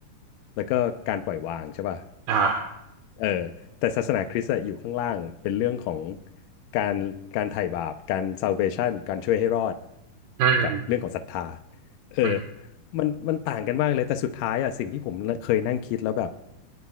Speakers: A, on the left; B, on the right.
A: แล้วก็การปล่อยวางใช่ป่ะ
B: อ่า
A: เออแต่ศาสนาคริสต์อะอยู่ข้างล่างเป็นเรื่องของการการไถ่บาปการ salvation การช่วยให้รอด
B: อืม
A: กับเรื่องของศรัทธาเออ
B: อืม
A: มันมันต่างกันมากเลยแต่สุดท้ายอะสิ่งที่ผมเคยนั่งคิดแล้วแบบ